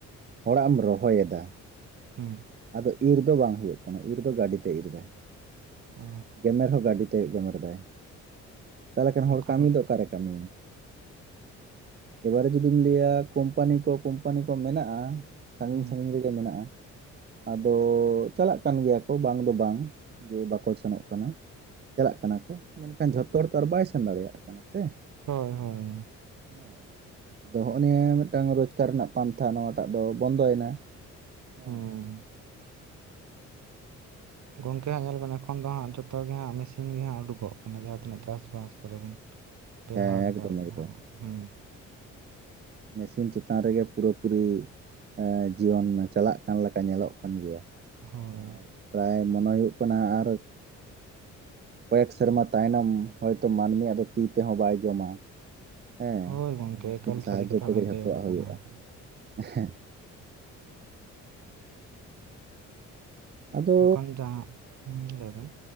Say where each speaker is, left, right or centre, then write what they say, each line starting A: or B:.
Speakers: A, on the right (about 35°); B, on the right (about 70°).
A: ᱦᱚᱲᱟᱜ ᱮᱢ ᱨᱚᱦᱚᱭᱮᱫᱟ ᱾
B: ᱦᱩᱸ,
A: ᱟᱫᱚ ᱤᱨ ᱫᱚ ᱵᱟᱝ ᱦᱳᱭᱳᱜ ᱠᱟᱱᱟ ᱤᱨ ᱫᱚ ᱜᱟᱹᱰᱤ ᱛᱮ ᱤᱨ ᱮᱫᱟᱭ ᱾
B: ᱚ
A: ᱜᱮᱢᱮᱨ ᱦᱚᱸ ᱜᱟᱹᱰᱤ ᱛᱮ ᱜᱮᱢᱮᱨ ᱫᱟᱭ ᱾ ᱛᱟᱦᱚᱞᱮ ᱠᱷᱟᱱ
B: ᱮᱠᱷᱚᱱ
A: ᱦᱚᱲ ᱠᱟᱹᱢᱤ ᱫᱚ ᱚᱠᱟᱨᱮ ᱠᱟᱹᱢᱤᱭᱟᱭ, ᱮᱵᱟᱨᱮ ᱡᱩᱫᱤᱢ ᱞᱟᱹᱭᱟ ᱠᱳᱢᱯᱟᱱᱤ ᱠᱚ ᱠᱳᱢᱯᱟᱱᱤ ᱠᱚ ᱢᱮᱱᱟᱜ-ᱟ ᱥᱟᱺᱜᱤᱧ
B: ᱦᱮᱸ
A: ᱥᱟᱺᱜᱤᱧ ᱨᱮᱜᱮ ᱢᱮᱱᱟᱜ-ᱟ᱾ ᱟᱫᱚ ᱪᱟᱞᱟᱜ ᱠᱟᱱ ᱜᱮᱭᱟ ᱠᱚ ᱵᱟᱝ ᱫᱚ ᱵᱟᱝ ᱡᱮ ᱵᱟᱠᱚ ᱥᱮᱱᱚᱜ ᱠᱟᱱᱟ, ᱪᱟᱞᱟᱜ ᱠᱟᱱᱟ ᱠᱚ ᱢᱮᱱᱠᱷᱟᱱ ᱡᱷᱚᱛᱚ ᱦᱚᱲ ᱛᱚ ᱟᱨ ᱵᱟᱭ ᱥᱮᱱ ᱫᱟᱲᱮᱭᱟᱜ ᱠᱟᱱᱟ ᱥᱮ᱾
B: ᱦᱳᱭ ᱦᱳᱭ ᱩᱸ᱾
A: ᱦᱮᱸ ᱟᱫᱚ ᱦᱚᱸᱜ-ᱚ ᱱᱤᱭᱟᱹ ᱢᱤᱜᱴᱟᱝ ᱨᱳᱡᱽᱜᱟᱨ ᱨᱮᱱᱟᱜ ᱯᱟᱱᱛᱷᱟ ᱱᱚᱣᱟᱴᱟᱜ ᱫᱚ ᱵᱚᱱᱫᱚᱭᱮᱱᱟ᱾ ᱦᱮᱸ
B: ᱦᱩᱸ, ᱜᱚᱝᱠᱮ ᱦᱟᱸᱜ ᱧᱮᱞ ᱵᱮᱱ ᱮᱠᱷᱚᱱ ᱫᱚ ᱦᱟᱸᱜ ᱡᱚᱛᱚ ᱜᱮ ᱦᱟᱸᱜ ᱢᱮ ᱥᱤᱱ ᱜᱮ ᱦᱟᱸᱜ ᱩᱰᱩᱠᱚᱜ ᱠᱟᱱᱟ ᱡᱟᱦᱟᱸ ᱛᱤᱱᱟᱹᱜ ᱪᱟᱥᱵᱟᱥ ᱠᱚᱨᱮ ᱵᱚᱱ ᱵᱮᱣᱦᱟᱨᱫᱟ
A: ᱦᱮᱸ ᱮᱠᱫᱚᱢ
B: ᱟᱵᱚ
A: ᱮᱠᱫᱚᱢ
B: ᱦᱟᱸᱜ‌ ᱦᱩᱸ᱾
A: ᱢᱮᱥᱤᱱ ᱪᱮᱛᱟᱱ ᱨᱮᱜᱮ ᱯᱩᱨᱟᱹᱯᱩᱨᱤ ᱮᱸ ᱡᱤᱭᱚᱱ ᱪᱟᱞᱟᱜ ᱪᱮᱛᱟᱱ ᱞᱮᱠᱟ ᱧᱮᱞᱚᱜ ᱠᱟᱱ ᱜᱮᱭᱟ
B: ᱦᱳᱭ
A: ᱟᱨ ᱯᱨᱟᱭ ᱢᱚᱱᱮ ᱦᱩᱭᱩᱜ ᱠᱟᱱᱟ ᱟᱨ ᱠᱚᱭᱮᱠ ᱥᱮᱨᱢᱟ ᱛᱟᱭᱱᱚᱢ ᱦᱚᱭᱛᱚ ᱢᱟᱹᱱᱢᱤᱭᱟᱜ ᱫᱚ ᱛᱤ ᱛᱮᱦᱚᱸ ᱵᱟᱭ ᱡᱚᱢᱟ᱾ ᱦᱮᱸ
B: ᱦᱳᱭ ᱜᱚᱢᱠᱮ
A: ᱚᱱᱟ ᱢᱮᱥᱤᱱ
B: ᱮᱠᱟᱞ
A: ᱥᱟᱦᱟᱡᱡᱚ
B: ᱥᱟᱹᱨᱤ ᱠᱟᱛᱷᱟ
A: ᱛᱮᱜᱮ
B: ᱵᱮᱱ
A: ᱡᱚᱛᱚᱣᱟᱜ
B: ᱞᱟᱹᱭ ᱟᱠᱟᱫᱟ
A: ᱦᱩᱭᱩᱜᱼᱟ
B: ᱱᱚᱣᱟ ᱫᱚ
A: ᱦᱮᱸ᱾ ᱟᱫᱚ
B: ᱮᱠᱷᱚᱱ ᱡᱟᱦᱟᱸᱜ ᱦᱩᱸ, ᱞᱟᱹᱭᱵᱮᱱ?